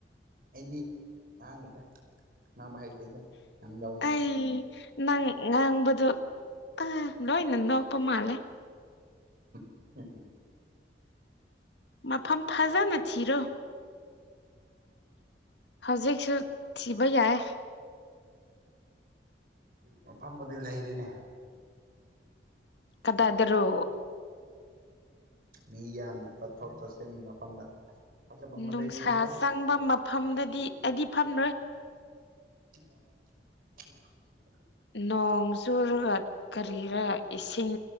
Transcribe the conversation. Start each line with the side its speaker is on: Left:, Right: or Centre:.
Right: ꯑꯩꯗꯤ ꯉꯥꯡꯗꯦꯗ ꯉꯥꯡꯕ ꯍꯩꯇꯦꯗ ꯅꯪꯗꯧꯅ
Left: ꯑꯩ ꯅꯪ ꯉꯥꯡꯕꯗꯣ ꯑ ꯂꯣꯏ ꯅ ꯅꯣꯄ ꯃꯥꯂꯦ
Right: <unintelligible>
Left: ꯃꯐꯝ ꯐꯥꯖꯥꯅ ꯊꯤꯔꯣ ꯍꯧꯖꯤꯛꯁꯨ ꯇꯤꯕ ꯌꯥꯏ
Right: ꯃꯄꯥꯝꯕꯨꯗꯤ ꯂꯩꯔꯦꯅꯦ
Left: ꯀꯗꯥꯏꯗꯔꯣ
Right: ꯃꯤ ꯌꯥꯝꯅ ꯆꯠꯊꯣꯛ ꯆꯠꯁꯤꯟ ꯃꯐꯝꯗ ꯐꯖꯕ ꯑꯃꯗꯤ
Left: ꯅꯨꯡꯁꯥ
Right: ꯂꯩꯔꯦ
Left: ꯆꯪꯕ ꯃꯐꯝꯗꯗꯤ ꯑꯩꯗꯤ ꯐꯝꯂꯣꯏ
Right: <unintelligible>
Left: ꯅꯣꯡ ꯆꯨꯔꯒ ꯀꯔꯤꯔꯥ ꯏꯁꯤꯡ